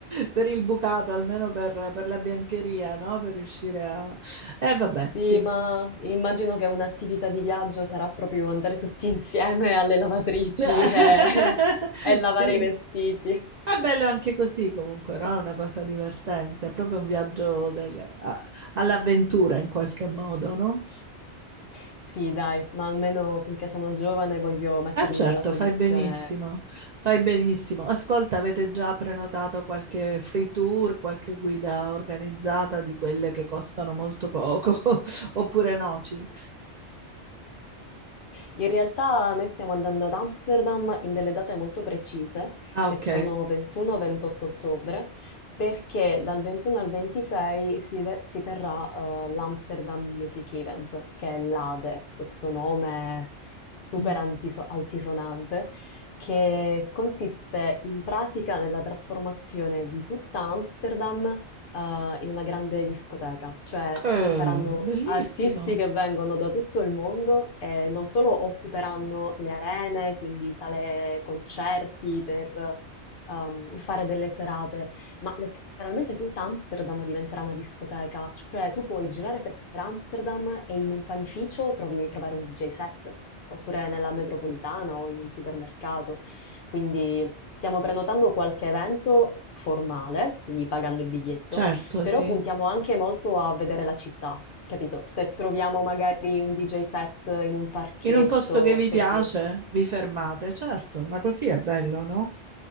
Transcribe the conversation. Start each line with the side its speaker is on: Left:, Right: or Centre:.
Right: per il bucato, almeno per, per la biancheria, no? Per riuscire a... E vabbè,
Left: Sì,
Right: sì.
Left: ma immagino che un'attività di viaggio sarà proprio andare tutti insieme alle lavatrici
Right: <laughs>
Left: e, <laughs> e lavare
Right: Sì.
Left: i vestiti.
Right: È bello anche così comunque, no? È una cosa divertente, è proprio un viaggio del- a- all'avventura in qualche modo, no?
Left: Sì, dai, ma almeno finché sono giovane voglio mettermi
Right: Eh certo,
Left: nella condizione.
Right: fai benissimo, fai benissimo. Ascolta, avete già prenotato qualche free tour, qualche guida organizzata di quelle che costano molto poco, <laughs> oppure no? Ci-
Left: In realtà noi stiamo andando ad Amsterdam in delle date molto precise,
Right: Ah,
Left: che
Right: ok.
Left: sono 21-28 ottobre, perché dal 21 al 26 si, ve- si terrà eh, l'Amsterdam Music Event, che è l'ADE, questo nome super
Right: Mm.
Left: antiso- altisonante, che consiste in pratica nella trasformazione di tutta Amsterdam eh, in una grande discoteca, cioè
Right: Eh,
Left: ci saranno
Right: bellissimo,
Left: artisti che vengono da tutto il mondo e non solo occuperanno le arene, quindi sale concerti per ehm, fare delle serate, ma letteralmente tutta Amsterdam diventerà una discoteca, cioè tu puoi girare per Amsterdam e in un panificio trovi, trovare un DJ set. Oppure nella metropolitana o in un supermercato. Quindi stiamo prenotando qualche evento formale, quindi pagando il biglietto,
Right: certo,
Left: però
Right: sì.
Left: puntiamo anche molto a vedere la città, capito? Se troviamo magari un DJ set in un parchetto,
Right: In un posto che vi piace,
Left: così.
Right: vi fermate, certo, ma così è bello, no?